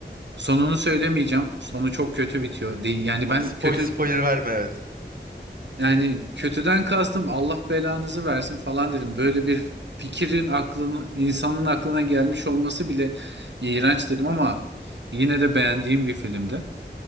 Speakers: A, on the right; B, on the right.
A: Sonunu söylemeyeceğim. Sonu çok kötü bitiyor. Değil, yani
B: Tamam
A: ben
B: spoil,
A: kötü
B: spoiler verme evet.
A: yani kötüden kastım Allah belanızı versin falan dedim. Böyle bir fikrin aklını insanın aklına gelmiş olması bile iğrenç dedim ama yine de beğendiğim bir filmdi.